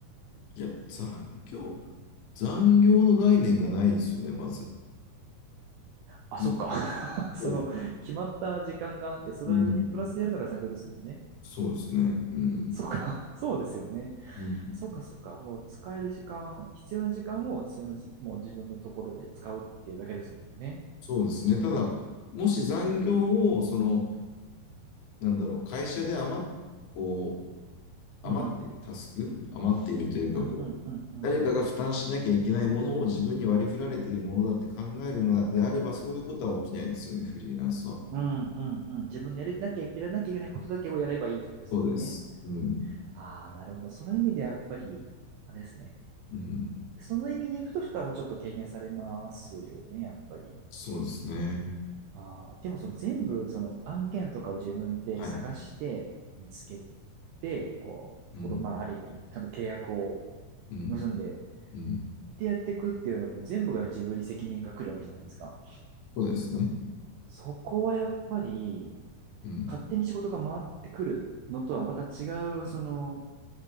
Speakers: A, on the left; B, on the right.
A: いや、残業、残業の概念がないですよね、まず。
B: あ、
A: じ
B: そっか。<laughs> その、
A: そう、
B: 決まった時間があって、それにプラスでやるのが残業ですもんね。
A: うん、そうですね、うん、
B: そっか。<laughs> そうですよね。
A: うん、
B: そっか、そっか。もう使える時間、必要な時間を必要なじ、もう自分のところで使うっていうだけですもんね。
A: そうですね。ただ、もし残業を、その、なんだろう、会社で余っ、こう、余っているタスク、
B: うん。
A: 余っているというか、
B: うん、
A: こう、
B: うん、うん、うん。
A: 誰かが負担しなきゃいけないものを自分に割り振られているものだって考えるのであれば、そういうことは起きないですよね、フリーランスは。
B: うん、うん、うん。自分でやりなきゃ、やらなきゃいけないことだけをやればいいとこですもんね。
A: そうです。うん。
B: ああ、なるほど。その意味でやっぱり、あれですね。
A: うん。
B: その意味でいくと負担もちょっと軽減されますよね、やっぱり。
A: そうですね。
B: ああ、でもその全部その案件とかを自分で探して見つけ
A: はい。
B: て、こう、
A: うん。
B: そことまあある意味、ちゃんと契約を
A: うん。
B: 結んでっ
A: うん。
B: てやっていくっていうのはもう全部が自分に責任が来るわけじゃないですか。
A: そうですね。
B: そこはやっぱり
A: うん。
B: 勝手に仕事が回ってくるのとはまた違う、その、